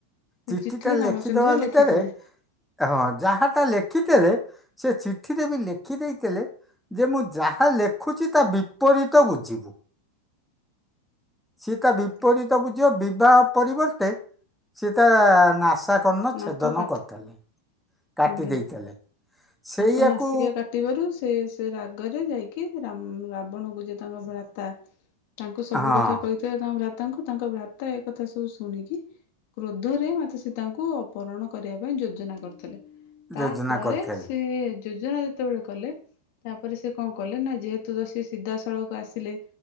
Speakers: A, on the left; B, in the centre.
A: ସେ
B: ଚିଠି
A: ଚିଠିରେ
B: ଟା ଲେଖିଦବା
A: ରାମଚନ୍ଦ୍ର ଲେଖିଥିଲେ
B: ଭିତରେ ହଁ ଯାହା ତା ଲେଖିଥେଲେ ସେ ଚିଠିରେ ବି ଲେଖି ଦେଇଥିଲେ ଯେ ମୁଁ ଯାହା ଲେଖୁଛି ତା ବିପରୀତ ବୁଝିବୁ ସେ ତା ବିପରୀତ
A: ଆଜ୍ଞା
B: ବୁଝିବ ବିବାହ ପରିବର୍ତ୍ତେ ସେ ତା ନାସ ତା କର୍ଣ୍ଣ
A: ନାକ
B: ଛେଦନ
A: କାଟି
B: କରିଥିଲେ। କାଟି
A: ଆଜ୍ଞା
B: ଦେଇଥିଲେ। ସେଇଆକୁ
A: ତାଙ୍କ ନାସିକା କାଟିବାରୁ ସେ ସେ ରାଗରେ ଯାଇକି ରାମ୍ ରାବଣକୁ ଯେ ତାଙ୍କ ଭ୍ରାତା ତାଙ୍କୁ ସବୁ
B: ହଁ
A: କଥା କହିଥାଏ <unintelligible> ତାଙ୍କୁ ତାଙ୍କ ଭ୍ରତା ଏକ କଥା ସବୁ ଶୁଣିକି କ୍ରୋଧରେ ମାତା ସୀତାଙ୍କୁ ଅପହରଣ କରିବା ପାଇଁ ଯୋଜନା କରିଥିଲେ। ତାପରେ
B: ଯୋଜନା କରିଥିଲେ।
A: ସେ ଯୋଜନା ଯେତେବେଳେ କଲେ ତାପରେ ସେ କଣ କଲେ ନା ଯେହେତୁ ତ ସେ ସିଧାସଳଖ ଆସିଲେ